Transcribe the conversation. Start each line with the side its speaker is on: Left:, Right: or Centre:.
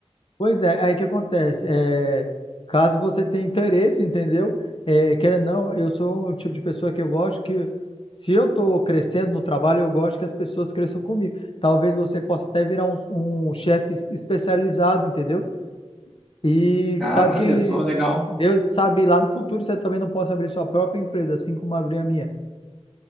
Left: Pois é, aí que acontece. É, caso você tenha interesse, entendeu? É, queira ou não, eu sou um tipo de pessoa que eu gosto que, se eu tô crescendo no trabalho, eu gosto que as pessoas cresçam comigo. Talvez você possa até virar um, um chefe especializado, entendeu? E
Centre: Cara,
Left: sabe quem
Centre: olha só, legal.
Left: Deus sabe lá no futuro você também não pode abrir sua própria empresa, assim como abrir a minha.